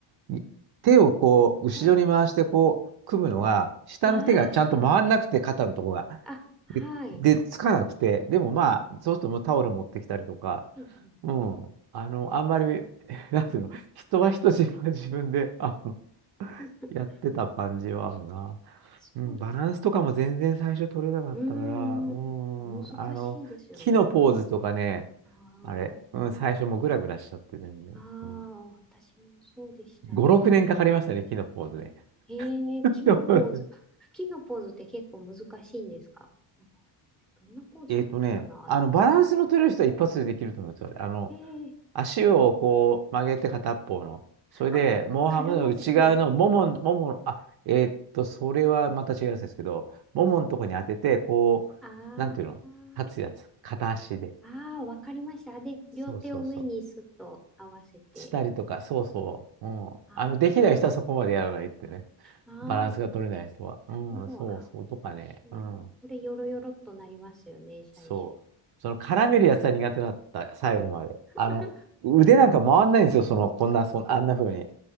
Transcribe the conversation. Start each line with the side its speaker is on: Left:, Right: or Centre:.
Right: に手をこう、
Centre: はい。
Right: 後ろに回してこう、組むのが、下の手がちゃんと回んなくて、
Centre: ああ。
Right: 肩のとこが。
Centre: あ、はい。
Right: で、でつかなくて、でもまあ、そうするともうタオル持ってきたりとか、
Centre: うんうん。
Right: うん、あの、あんまり、<laughs> なんていうの、人は人、自分は自分で、あの、
Centre: <laughs>
Right: やってた感じはあるな。
Centre: あ、そうなの。
Right: うん、バランスとかも全然最初取れなかったから、
Centre: うーん。
Right: うん、
Centre: 難しいですよね。
Right: あの、木のポーズとかね、
Centre: あ
Right: あれ、うん、最初もうグラグラしちゃって全然。
Centre: あ、あ
Right: うん、
Centre: あ、私もそうでしたね。
Right: 5、6年かかりましたね、木のポーズね。
Centre: ええ、
Right: <laughs>
Centre: 木のポーズ。<laughs> 木のポーズって結構難しいんですかなんか、どんなポーズだったかなって。
Right: えっとね、あの、バランスの取れる人は一発でできると思うんですよ。あの、
Centre: ええ、
Right: 足をこう曲げて片っぽの。それで、
Centre: ああ、
Right: モーハムの内側のもも、
Centre: 絡ませる
Right: もも、あ、えっと、それはまた違うんですけど、
Centre: の。
Right: もものとこに当てて、こう、
Centre: ああ、
Right: なんていうの立つやつ。片足で。
Centre: ああー、わかりました。で、両手を上にスッと合わせて。
Right: そうそうそう。したりとか、そうそう。うん。
Centre: あ
Right: あの、できない人はそこまでやらないってね。
Centre: あ、ああ、
Right: バランスが取れない人は。
Centre: なるほど。
Right: うん、そうそう。
Centre: あ
Right: とかね。
Centre: え、
Right: うん。
Centre: これよろよろっとなりますよね、最初。
Right: そう。その絡めるやつは苦手だった、最後まで。あの、
Centre: <laughs>
Right: 腕なんか回んないんですよ、その、こんな、そん、あんな風に。